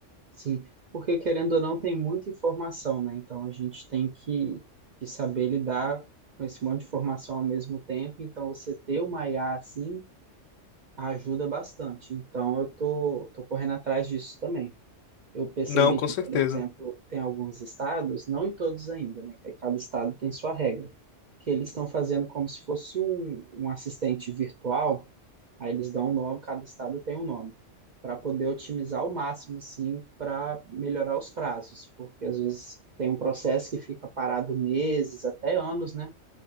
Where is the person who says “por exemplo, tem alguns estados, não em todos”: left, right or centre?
Right